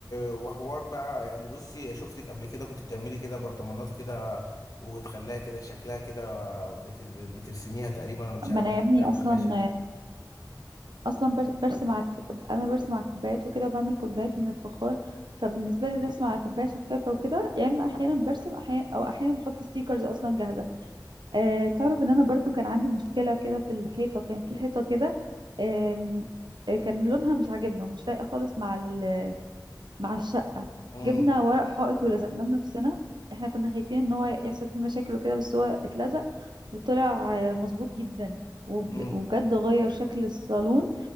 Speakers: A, on the left (about 55°); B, on the right (about 80°).
A: وحوار بقى يعني بصي شفتك قبل كده كنت بتعملي كده برطمانات كده وتخليها كده شكلها كده بتر... بترسميها تقريبا انا مش
B: ما
A: عارف
B: انا
A: بتعمليها
B: يا ابني اصلا
A: من الخشب
B: اصلا بر- برسم على انا برسم على الكوبايات وكده وبعمل كوبايات من الفخار فبالنسبه لي الرسم على كوبايه شفافه وكده يا اما احيانا برسم احيانا او احيانا بحط ستيكرز اصلا جاهزه أه تعرف ان انا برضو كان عندي مشكله كده في الحيطه كان في حيطه كده آم، آه، كان لونها مش عاجبنا ومش لايقه خالص مع ال- مع الشقه
A: امم
B: جبنا ورق حائط ولزقناه بنفسنا احنا كنا خايفين ان هو يحصل فيه مشاكل وكده بس هو اتلزق وطلع آه، مظبوط جدا وب-
A: امم
B: وبجد غير شكل الصالون